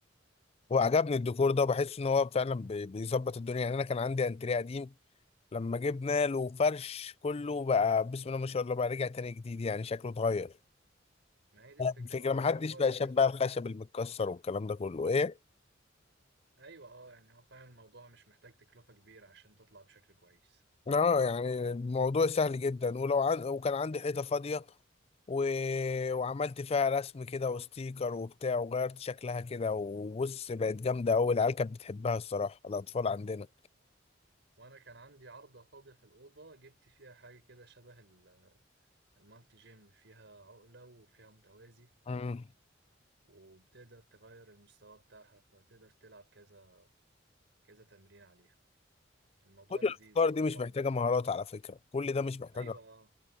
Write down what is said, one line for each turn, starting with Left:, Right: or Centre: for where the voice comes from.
Left: وعجبني الديكور ده وبحس ان هو فعلا بي- بيظبط الدنيا يعني انا كان عندي انتريه قديم لما جبنا له فرش كله بقى بسم الله ما شاء الله بقى رجع تاني جديد يعني شكله اتغير
Right: ما هي دي الفكرة
Left: الفكرة
Right: هو فعلا
Left: محدش
Right: الموضوع
Left: بقى
Right: لذيذ
Left: شاب بقى
Right: واحيانا
Left: الخشب المتكسر والكلام ده كله ايه
Right: ايوه اه يعني هو فعلا الموضوع مش محتاج تكلفة كبيرة عشان تطلع بشكل كويس
Left: اه يعني الموضوع سهل جدا ولو عن... وكان عندي حيطة فاضية و... وعملت فيها رسم كده وستيكر وبتاع وغيرت شكلها كده وبص بقت جامدة أوي العيال كانت بتحبها الصراحة الأطفال عندنا
Right: وانا كان عندي عارضة فاضية في الأوضة جبت فيها حاجة كده شبه ال- المالتي جيم فيها عقلة وفيها متوازي
Left: مم.
Right: وبتقدر تغير المستوى بتاعها فتقدر تلعب كذا كذا تمرين عليها الموضوع
Left: كل
Right: لذيذ
Left: الأفكار دي مش
Right: طبعا
Left: محتاجة مهارات على فكرة كل ده مش محتاجة
Right: ايوه آه،